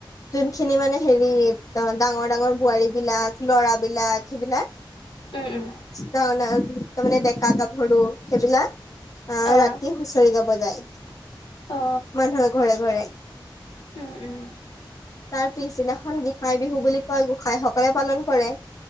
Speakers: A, on the left (about 40°); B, on the left (about 80°).
A: যোনখিনি মানে হেৰি অ ডাঙৰ ডাঙৰ বোৱাৰী বিলাক লৰাবিলাক সেইবিলাক ত
B: উম, উম,
A: তাৰমানে ডেকা গাভৰু সেইবিলাক আহ
B: অ',
A: ৰাতি হুচৰি গাব যায়
B: অ',
A: মানুহৰ ঘৰে ঘৰে।
B: উম - উম।
A: তাৰ পিছদিনাখন গোঁসাই বিহু বুলি কয়, গোঁসাইসকলে পালন কৰে।